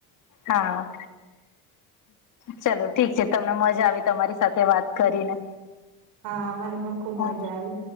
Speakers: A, on the left (about 50°); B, on the right (about 70°).
A: હા. ચલો ઠીક છે તમને મજા આવી તમારી સાથે વાત કરીને.
B: હા મને પણ ખુબ
A: હા
B: મજા આવી.